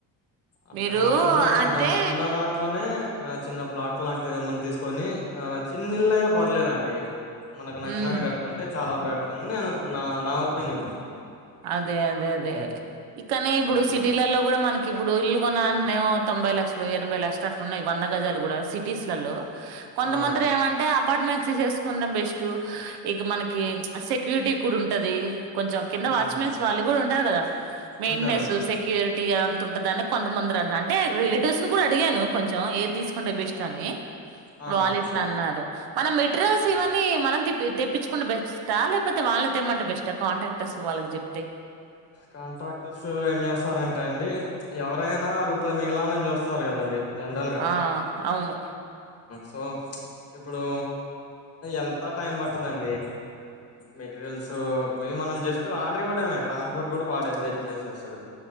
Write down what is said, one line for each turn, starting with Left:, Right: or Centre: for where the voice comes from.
Left: అట్లా
Right: మీరు
Left: కాకున్నా
Right: అంటే
Left: మనకున్న దాంట్లోనే ఆ చిన్న ప్లాట్ లాంటివి ఏమని తీసుకొని ఆ చిన్నళ్ళయినా పర్లేదండి మనకు నచ్చినట్టు
Right: ఉమ్
Left: కట్టుకుంటే చాలా బెటర్ అని నేను నా నా ఒపీనియన్
Right: అదే అదే అదే ఇక్కనే ఇప్పుడు
Left: మ్మ్
Right: సిటీలలో కూడా మనకి ఇప్పుడు ఇల్లు కొన అంటనే తొంభై లక్షలు ఎనభై లక్షలు అట్లు ఉన్నాయి వంద గజాలు కూడా సిటీస్లలో కొంతమందిలు
Left: ఆ
Right: ఏమంటే అపార్ట్మెంట్స్ తీసేసుకుందాం బెస్ట్ టు ఇక మనకి సెక్యూరిటీ క్కడు ఉంటది కొంచెం కింద
Left: మ్మ్
Right: వాచ్మెన్స్ వాళ్ళు కూడా ఉంటారు కదా మెయింటెనెన్స్
Left: ఉంటారు ఉంటారు
Right: సెక్యూరిటీ అంత ఉంటదని కొంతమంది అంటే ర డోస్ ను కూడా అడిగాను కొంచెం ఏది తీసుకుంటే అభిష్టాన్ని
Left: ఆ
Right: వాళ్ళు ఇట్లా
Left: ఆ
Right: అన్నారు మన మెటీరియల్స్
Left: ఆ ఆహా!
Right: ఇవన్న మనంి తెప్పించుకుండా బెట్స్తా లేకపోతే అతే వాళ్ళ తెమంటడి బెస్ట్ కాంట్రాక్టర్స్ వాళ్ళకి చెప్తే
Left: కాంట్రాక్టర్స్ ఏం చేస్తారంటే అండి ఎవరైనా రూపాయి మిగలాలని చూస్తారు కదండి జనరల్గా
Right: ఆ అవును
Left: సో ఇప్పుడు ఎంత టైం పట్టదండి మెటీరియల్స్ పోయి మనం జస్ట్ ఆర్డర్ ఇవ్వడంే ట్రాన్స్పోర్ట్ కూడా వాడేదే చేసేస్తాడు